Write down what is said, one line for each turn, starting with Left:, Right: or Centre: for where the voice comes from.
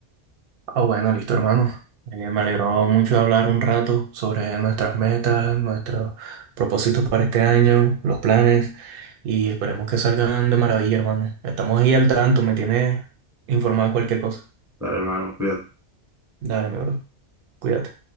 Right: Ah, bueno, listo, hermano. Eh, me alegró mucho hablar un rato sobre nuestras metas, nuestros propósitos para este año, los planes, y esperemos que salgan de maravilla, hermano. Estamos ahí al tanto, me tienes informado de cualquier cosa.
Centre: Dale, hermano, cuídate.
Right: Dale, mi bro. Cuídate.